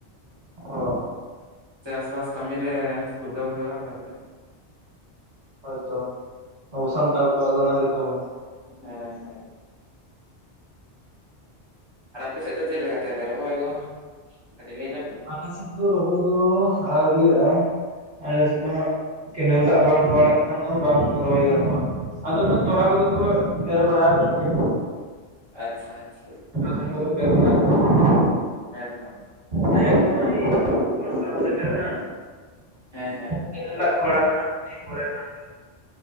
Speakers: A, on the right (about 70°); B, on the right (about 25°).
A: ᱚ
B: ᱪᱟᱥᱵᱟᱥ ᱠᱟᱹᱢᱤ ᱨᱮ ᱪᱩᱴᱟᱹᱣ ᱦᱩᱭᱩᱜᱼᱟ ᱛᱟᱯᱚᱨᱮ
A: ᱦᱳᱭᱛᱚ ᱟᱵᱚ ᱥᱟᱱᱛᱟᱲ ᱠᱚᱣᱟᱜ ᱫᱚ ᱚᱱᱟ ᱜᱮ ᱛᱟᱵᱚᱱ
B: ᱦᱮᱸ ᱦᱮᱸ ᱟᱨ ᱟᱯᱮ ᱥᱮᱫ ᱫᱚ ᱪᱮᱫ ᱞᱮᱠᱟ ᱛᱟᱞᱮ ᱨᱚᱦᱚᱭ ᱜᱚ ᱠᱟᱹᱴᱤᱡ ᱞᱮᱟᱹᱭ ᱧᱚᱜᱢᱮ
A: ᱟᱞᱮ ᱥᱮᱫ ᱫᱚ ᱨᱚᱦᱚᱭ ᱫᱚ ᱟᱹᱣᱨᱤᱭᱟᱜᱼᱟ ᱟᱞᱮ ᱥᱮᱫ ᱫᱚ ᱦᱟᱸᱜ ᱠᱮᱱᱮᱞ ᱫᱟᱜ
B: ᱦᱮᱸ
A: ᱵᱟᱝᱠᱚ ᱟᱲᱟᱜ ᱞᱮᱠᱷᱟᱱ ᱫᱚ ᱵᱟᱝ ᱨᱚᱦᱚᱭ ᱜᱟᱱᱚᱜᱼᱟ ᱟᱫᱚ ᱚᱱᱟ ᱛᱚᱲᱟ ᱠᱚᱫᱚ ᱠᱚ ᱮᱨ ᱵᱟᱲᱟ ᱟᱠᱟᱫ
B: ᱦᱩᱸ
A: ᱜᱮᱭᱟ
B: ᱟᱪᱪᱷᱟ ᱟᱪᱪᱷᱟ
A: ᱛᱷᱟᱱ ᱠᱚᱫᱚ ᱠᱚ ᱮᱨ ᱵᱟᱲᱟ ᱟᱠᱟᱫ ᱜᱮᱭᱟ
B: ᱦᱮ ᱛᱚ
A: ᱦᱮ ᱛᱚ ᱱᱚᱜᱚᱭ ᱵᱚᱨᱥᱟ ᱦᱚᱸ ᱥᱮᱴᱮᱨᱮ ᱮᱱᱟ
B: ᱦᱮᱸ ᱦᱮᱸ
A: ᱠᱮᱱᱮᱞᱟᱜ ᱠᱚ ᱟᱲᱟᱜᱟ ᱦᱟᱸᱜ ᱱᱤᱭᱟᱹ ᱯᱚᱨᱮ ᱠᱷᱟᱱ ᱜᱮ